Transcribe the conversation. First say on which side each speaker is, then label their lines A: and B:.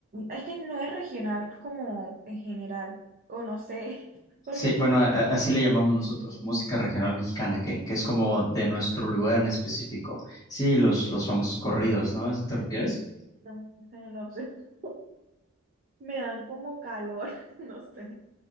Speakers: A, on the right; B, on the left.
A: Es que no es regional como en general, o no sé, <laughs> porque
B: Sí, bueno, a- a- así le llamamos nosotros, música regional mexicana, que, que es como de nuestro lugar en específico. Sí, los, los famosos corridos, ¿no? ¿A ¿Eso te refieres?
A: no, sé en lo absoluto <laughs> me dan como calor, <laughs> no sé.